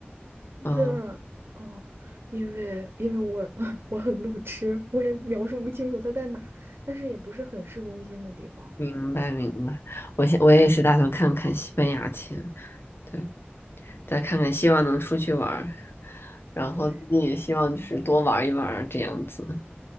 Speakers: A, on the left (about 65°); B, on the right (about 70°).
A: 哦，
B: 是，嗯，因为因为我 <laughs> 我很路痴，我也描述不清楚它在哪，但是也不是很市中心的地方。
A: 明白明白。我现我也是打算看看西班牙签，
B: 嗯
A: 对，再看看，希望能出去玩儿，然后自己也希望就是多玩一玩儿这样子。
B: 对，